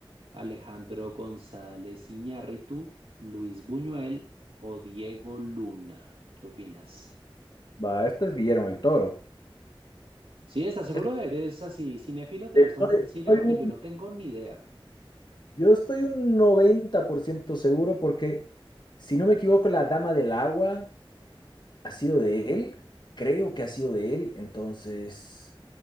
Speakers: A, on the right (about 85°); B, on the left (about 55°).
A: Alejandro González Iñárritu, Luis Buñuel o Diego Luna. ¿Qué opinas?
B: Va, este es Guillermo el Toro.
A: Sí, ¿estás seguro?
B: Este-
A: ¿Eres así cinéfilo? ¿Te
B: Estoy-
A: gusta mucho el cine?
B: estoy
A: Porque yo
B: un-
A: no tengo ni idea.
B: yo estoy un 90% seguro porque, si no me equivoco, la Dama del Agua ha sido de él, creo que ha sido de él, entonces...